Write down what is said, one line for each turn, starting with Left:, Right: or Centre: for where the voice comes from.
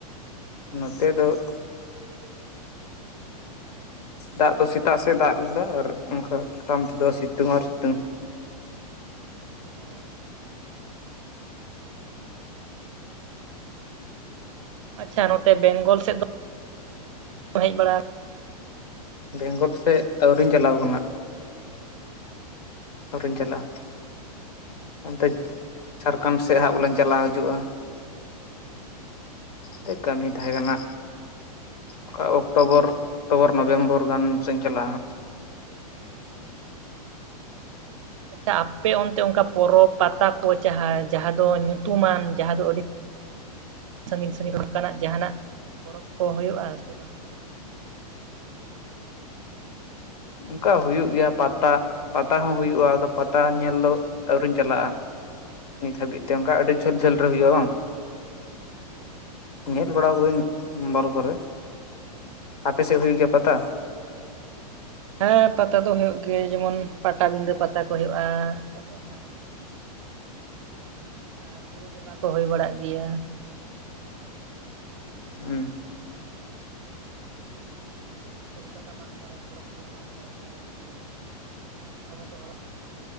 Left: ᱱᱚᱛᱮ ᱫᱚ ᱫᱟᱜ ᱫᱚ ᱥᱮᱛᱟᱜ ᱥᱮᱫ ᱫᱟᱜ ᱞᱮᱫᱟ ᱟᱨ ᱚᱱᱠᱟ ᱪᱮᱛᱟᱱ ᱛᱮᱫᱚ ᱥᱤᱛᱩᱝ ᱟᱨ ᱥᱤᱛᱩᱝ᱾
Right: ᱚ᱾ ᱟᱪᱪᱷᱟ ᱱᱚᱛᱮ ᱵᱮᱝᱜᱚᱞ ᱥᱮᱫ ᱫᱚ ᱦᱮᱡ ᱵᱟᱲᱟᱣ
Left: ᱵᱮᱝᱜᱚᱞ ᱥᱮᱡ ᱟᱹᱣᱨᱤᱧ ᱪᱟᱞᱟᱣ ᱠᱟᱱᱟ᱾ ᱟᱣᱨᱤᱧ ᱪᱟᱞᱟᱜᱼᱟ᱾ ᱚᱱᱛᱮ ᱡᱷᱟᱲᱠᱷᱚᱸᱰ ᱥᱮᱫ ᱦᱟᱸᱜ ᱵᱚᱞᱮᱧ ᱪᱟᱞᱟᱣ ᱦᱤᱡᱩᱜᱼᱟ᱾ ᱴᱮ ᱠᱟᱹᱢᱤ ᱛᱟᱦᱮᱸ ᱠᱟᱱᱟ᱾ ᱚᱠᱟ ᱚᱠᱴᱳᱵᱚᱨ, ᱚᱠᱴᱳᱵᱚᱨ ᱱᱚᱵᱷᱮᱢᱵᱚᱨ ᱜᱟᱱ ᱥᱮᱧ ᱪᱟᱞᱟᱜᱼᱟ ᱦᱟᱸᱜ᱾
Right: ᱦᱩᱸ ᱟᱪᱪᱷᱟ ᱟᱯᱮ ᱚᱱᱛᱮ ᱚᱱᱠᱟ ᱯᱚᱨᱚᱵᱽ ᱯᱟᱛᱟ ᱠᱚ ᱡᱟᱦᱟᱸ ᱡᱟᱦᱟᱸ ᱫᱚ ᱧᱩᱛᱩᱢᱟᱱ ᱡᱟᱦᱟᱸ ᱫᱚ ᱟᱹᱰᱤ ᱥᱟᱺᱜᱤᱧ ᱥᱟᱺᱜᱤᱧ ᱱᱚᱝᱠᱟᱱᱟᱜ ᱡᱟᱦᱟᱱᱟᱜ ᱯᱚᱨᱚᱵᱽ ᱠᱚ ᱦᱳᱭᱳᱜᱼᱟ ᱥᱮ ᱵᱟᱝ ᱦᱳᱭᱳᱜ ᱜᱮᱭᱟ?
Left: ᱚᱝᱠᱟ ᱦᱩᱭᱩᱜ ᱜᱮᱭᱟ ᱯᱟᱛᱟ᱾ ᱯᱟᱛᱟ ᱦᱚᱸ ᱦᱩᱭᱩᱜᱼᱟ, ᱟᱫᱚ ᱯᱟᱛᱟ ᱧᱮᱞ ᱫᱚ ᱟᱹᱣᱨᱤᱧ ᱪᱟᱞᱟᱜᱼᱟ᱾ ᱱᱤᱛ ᱦᱟᱹᱵᱤᱡ ᱛᱮ ᱚᱱᱠᱟ ᱟᱹᱰᱤ ᱡᱷᱟᱹᱞ ᱡᱷᱟᱹᱞ ᱨᱮ ᱦᱩᱭᱩᱜᱼᱟ ᱵᱟᱝ᱾
Right: ᱦᱩᱸ
Left: ᱧᱮᱞ ᱵᱟᱲᱟᱣ ᱠᱟᱹᱫᱟᱹᱧ᱾ ᱢᱵᱟᱭᱤᱞ ᱠᱚᱨᱮ, ᱟᱯᱮ ᱥᱮᱫ ᱦᱩᱭᱩᱜ ᱜᱮᱭᱟ ᱯᱟᱛᱟ?
Right: ᱦᱮᱸ ᱯᱟᱛᱟ ᱫᱚ ᱦᱳᱭᱳᱜ ᱜᱮ ᱡᱮᱢᱚᱱ ᱯᱟᱴᱟᱵᱤᱸᱫᱟᱹ ᱯᱟᱛᱟ ᱠᱚ ᱦᱳᱭᱳᱜᱼᱟ᱾ ᱛᱟᱯᱚᱨ ᱚᱱᱟ ᱟᱨ ᱵᱩᱨᱩ ᱵᱚᱸᱜᱟ ᱠᱚ ᱦᱳᱭ ᱵᱟᱲᱟᱜ ᱜᱮᱭᱟ᱾
Left: ᱦᱩᱸ᱾
Right: ᱠᱳᱞᱠᱟᱛᱟ ᱢᱟᱜ ᱢᱚᱬᱮ, ᱠᱷᱚᱲᱚᱜᱽᱯᱩᱨ ᱢᱟᱜᱽ ᱢᱚᱬᱮ ᱠᱚ ᱦᱳᱭᱳᱜ ᱜᱮᱭᱟ, ᱫᱚᱢᱮ ᱠᱚ ᱦᱚᱲᱚᱜ